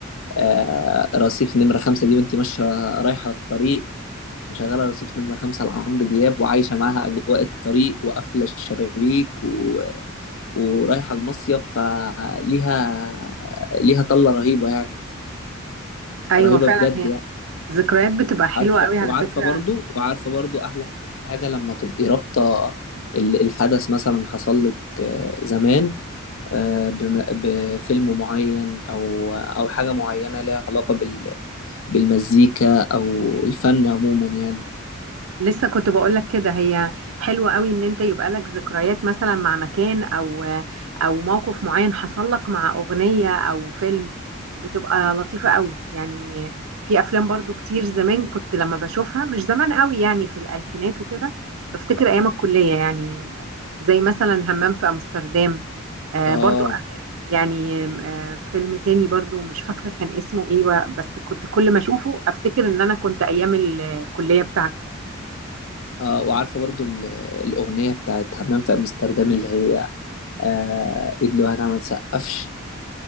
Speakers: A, on the left; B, on the right.
A: آه رصيف نمرة خمسة دي وانت ماشية رايحة في الطريق مشغلة رصيف نمرة خمسة لعمرو دياب وعايشة معاها أجواء الطريق وقافلة الشبابيك و... ورايحة المصيف فليها ليها طلة رهيبة يعني
B: ايوه
A: رهيبة
B: فعلا
A: بجد
B: هي
A: يعني
B: ذكريات بتبقى حلوه
A: عارفة
B: قوي على
A: وعارفة
B: فكره
A: برضو وعارفة برضو أحلى حاجة لما تبقي رابطة ال- الحدث مثلا حصل لك آه، زمان آه، بم- بفيلم معين او او حاجه معينه ليها علاقه بال بالمزيكا او الفن عموما يعني
B: لسه كنت بقول لك كده هي حلوه قوي ان انت يبقى لك ذكريات مثلا مع مكان او او موقف معين حصل لك مع اغنيه او فيلم بتبقى لطيفه قوي يعني في افلام برضو كتير زمان كنت لما بشوفها مش زمان قوي يعني في الالفينات وكده بفتكر ايام الكليه يعني زي مثلا همام في امستردام آه،
A: اه
B: برضو يعني آم، آه، فيلم تاني برضو مش فاكرة كان اسمه ايه و- بس كنت كل ما اشوفه افتكر ان انا كنت ايام الكلية بتاعتي
A: اه وعارفه برضو ال- الاغنيه بتاعت همام في امستردام اللي هي آه ايد لوحدها ما تسقفش